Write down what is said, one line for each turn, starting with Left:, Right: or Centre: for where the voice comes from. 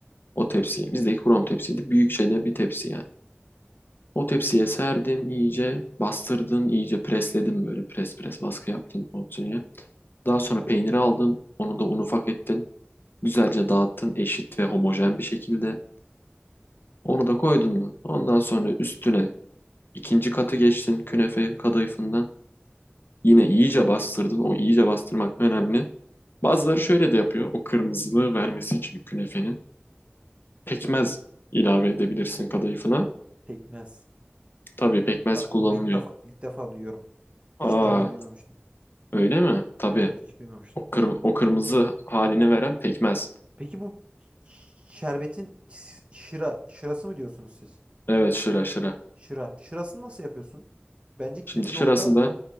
Left: o tepsiye. Bizdeki krom tepsiydi. Büyük çene bir tepsi yani. O tepsiye serdin iyice bastırdın iyice presledin böyle pres pres baskı yaptın o tepsiye. Daha sonra peyniri aldın. Onu da un ufak ettin. Güzelce dağıttın eşit ve homojen bir şekilde. Onu da koydun mu? Ondan sonra üstüne ikinci katı geçtin künefe kadayıfından. Yine iyice bastırdın. O iyice bastırmak önemli. Bazıları şöyle de yapıyor. O kırmızılığı vermesi için künefenin. Pekmez ilave edebilirsin kadayıfına.
Right: Pekmez.
Left: Tabii pekmez
Right: Bak
Left: kullanılıyor.
Right: bunu ilk defa ilk defa duyuyorum. Hiç
Left: Aa,
Right: daha önce duymamıştım.
Left: öyle mi? Tabii.
Right: Evet hiç duymamıştım.
Left: O, kırm- o kırmızı halini veren pekmez.
Right: Peki bu şerbetin ş- şıra şırası mı diyorsunuz siz?
Left: Evet şıra şıra.
Right: Şıra. Şırasını nasıl yapıyorsun? Bence kilit
Left: Şimdi
Right: nokta
Left: şırası da